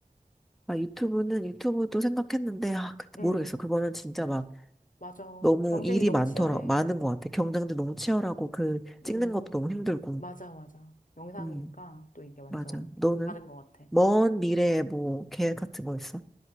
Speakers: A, in the centre; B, on the left.
A: 아, 유튜브는, 유튜브도 생각했는데, 아, 그-
B: 음,
A: 모르겠어. 그거는 진짜 막,
B: 맞아.
A: 너무
B: 경쟁이
A: 일이
B: 너무
A: 많더라,
B: 치열해.
A: 많은 것 같아. 경쟁도 너무 치열하고, 그, 찍는
B: 음,
A: 것도 너무 힘들고.
B: 맞아, 맞아. 영상이니까
A: 음,
B: 또 이게 완전
A: 맞아. 너는?
B: 다른 것 같아.
A: 먼 미래에 뭐, 계획 같은 거 있어?